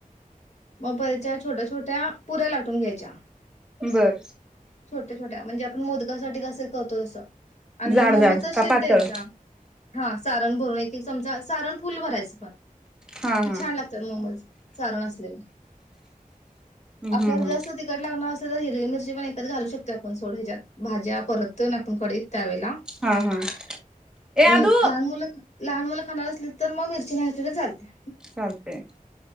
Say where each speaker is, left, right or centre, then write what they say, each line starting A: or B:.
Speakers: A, on the left; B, in the centre.
A: मग परतच्या छोट्या छोट्या पुऱ्या लाटून घ्याय च्या
B: बर
A: छोटे छो ट्या म्हणजे आप पण मोदकासाठी कसं करतो तसं आणि
B: जाड
A: मोमोचा
B: जाड
A: शेप
B: का पातळ
A: द्यायचा, हा सारण भरून एक एक चमचा, सारण फुल भरायचं पण
B: हा
A: ते
B: हा
A: छान लागतात मोमोज सारन अस हो
B: हम्म
A: <inaudible> आपल्याला
B: हम्म
A: जास्त तिकट लागणार असल तर हिरवी मिर जे पण येतात घालू शकतो आपण सोडे हेज्यात. भाज्या परतोय न आपण कडइत. त्यावेळेला
B: हा हा ए
A: लाहान
B: आदू
A: मुल, लहान मुल. खाणार असली तर म मिरची, नाही घातली तर चालते.
B: चालते